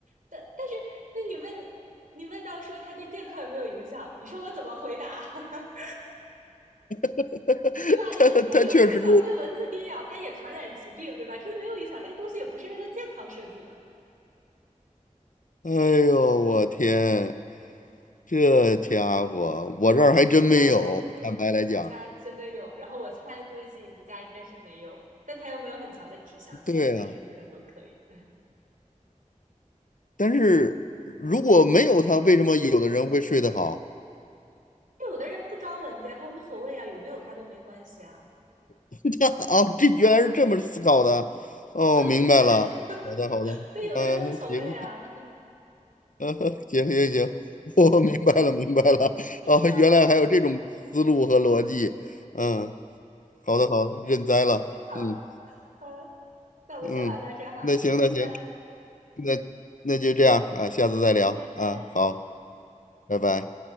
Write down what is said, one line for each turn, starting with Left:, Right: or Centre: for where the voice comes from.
Right: 但但是那你问你问到说它对健康有没有影响，你说我怎么回答？<laughs>
Left: <laughs>
Right: 对吧？你是它有影响，
Left: 他他确实。
Right: 对蚊子叮咬它也传染疾病，对吧？说没有影响，那个东西也不是为了健康设计的。
Left: 哎呦，我天，这家伙，我这儿还真没有。
Right: 我我家真的有，
Left: 坦白来讲，
Right: 我家真的有。然后我猜估计你家应该是没有，但它又没有很强的指向性，
Left: 对啊，
Right: 男生女生都可以。<laughs>
Left: 但是如果没有他，为什么有的人会睡得好？
Right: 有的人不招蚊子呀，他无所谓啊，有没有他都没关系啊。
Left: <laughs> 这哦，这原来是这么思考的。哦，
Right: 啊，
Left: 明白了。
Right: 对，<laughs>
Left: 好的，好的。
Right: 对，有的人无所谓啊。
Left: 嗯、行，
Right: <laughs>
Left: <laughs> 呃，行行行，<laughs> 我明白了，明白了。哦，
Right: 啊，
Left: 原来还有这种思路和逻辑。嗯，好的，好的，认栽了。
Right: 你好，
Left: 嗯
Right: 呃，那我们先聊到这儿哈，
Left: 嗯，那行，
Right: 嗯，拜拜，
Left: 那行。那那就这样啊，下次再聊啊，
Right: 嗯，拜拜。
Left: 好，拜拜。